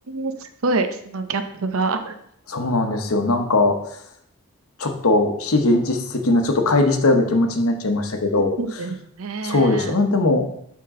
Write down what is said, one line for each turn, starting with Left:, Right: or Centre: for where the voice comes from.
Right: えすごい、そのギャップが。
Left: そうなんですよ。なんか、ちょっと非現実的な、ちょっと乖離したような気持ちになっちゃいましたけど、
Right: そうですね。
Left: そうでしたね。でも、